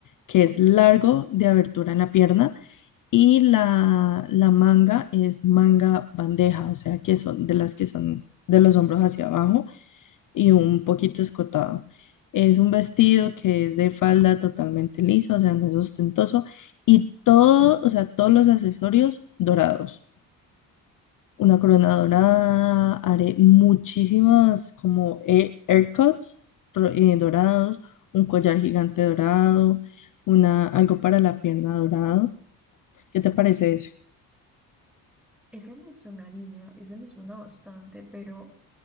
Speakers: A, on the left; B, in the centre.
A: que
B: Ujú.
A: es largo de abertura en la pierna y la, la manga es manga bandeja, o sea, que son de las que son de los hombros hacia abajo y un poquito escotado. Es un vestido que es de falda totalmente lisa, o sea, no es ostentoso, y todo, o sea, todos los accesorios dorados. Una corona dorada, haré muchísimas como air- aircuts ro- eh, dorados, un collar gigante dorado, una, algo para la pierna dorado. ¿Qué te parece ese?
B: Ese me sonaría, ese me suena bastante, pero